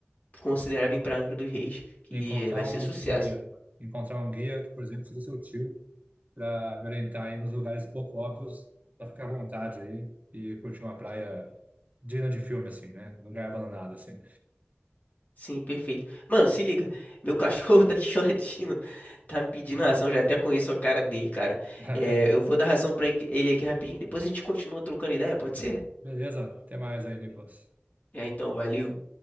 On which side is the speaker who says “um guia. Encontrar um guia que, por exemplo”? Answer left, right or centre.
Right